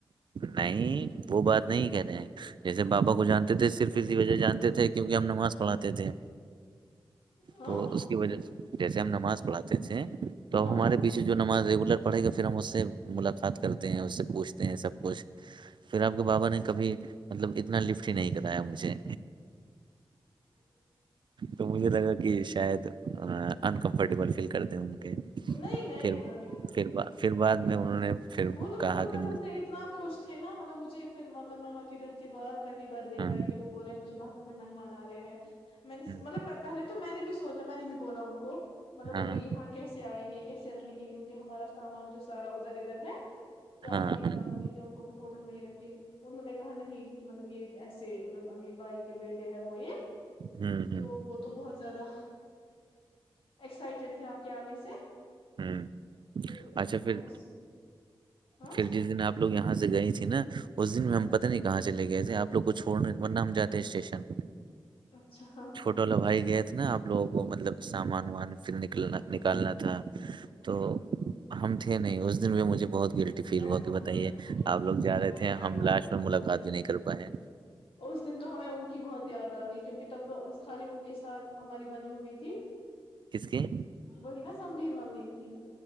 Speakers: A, on the right; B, on the left.
A: نہیں وہ بات نہیں کہتے ہیں جیسے بابا کو جانتے تھے صرف اسی وجہ جانتے تھے کیونکہ ہم نماز پڑھاتے تھے
B: ہاں
A: تو اس کی وجہ جیسے ہم نماز پڑھاتے تھے تو
B: ہاں
A: ہمارے پیچھے جو نماز ریگولر پڑھے گا پھر ہم اس سے ملاقات کرتے ہیں اس سے پوچھتے ہیں سب پھر آپ کے بابا نے کبھی مطلب اتنا لفٹ ہی نہیں کرایا مجھے تو مجھے لگا کہ شاید انکمفرٹیبل فیل کرتے ہیں ان کے
B: نہیں نہیں
A: پھر
B: وہ نہیں
A: پھر با- پھر بعد میں انہوں نے پھر
B: وہ تو
A: کہا
B: قسم
A: کہ مجھے
B: سے اتنا خوش تھے نا مطلب مجھے پھر مطلب ماما کی ڈیت کے بعد پہلی بار دیکھا
A: ہاں
B: ہے کہ وہ باپ کو نہیں منا رہے ہیں میں نے
A: ہاں
B: مطلب پہلے تو میں نے بھی سوچا میں نے بھی بولا ان کو مطلب ابھی
A: ہاں
B: یہاں کیسے آئیں گے کہ کیسے رہیں گے کیونکہ ہمارا سامان جو سارا ادھر ادھر ہے تو آپ
A: ہاں
B: ایک
A: ہاں
B: کام کیجیے ان کو پھر ہوٹل میں ہی رکھ ٹیک انہوں نے کہا نہیں کہ مطلب یہ ایسے مطلب ہمیں بائی کے بیٹ ہے بو یہ
A: ہ ہ
B: تو
A: ہ
B: وہ تو بہت زیادہ ایکسائٹیڈ تھے آپ کے آنے سے
A: ہوں
B: پھر
A: اچھا پھر
B: ہم اس ہاں
A: پھر جس دن آپ لوگ یہاں سے گئی تھی نا اس دن
B: ہاں
A: میں ہم پتہ نہیں کہا مچے لے آپوگ کو چھڑ ورن ہم جاتے ہیں اسٹیشن
B: اچھا ہاں
A: چھوٹا والا بھائی گئے نا آپ لوگوں کو مطلب سامان وامان پھر نکلنا نکالنا تھا
B: کو
A: تو ہم تھے نہیں اس دن بھی مجھے بہت گلٹی فیل ہوا
B: وں
A: کہ بتائیے آپ لوگ جا رہے تھے ہم
B: گا
A: لاسٹ میں ملاقات
B: گا
A: بھی نہیں کر پائے
B: اس دن تو ہمیں ان کی بہت یاد آ گئی کیونکہ تب تو خالی ان کے ساتھ ہماری بنی ہوئی تھی
A: کس کی
B: وہی نا سبرین وبرین جٹھ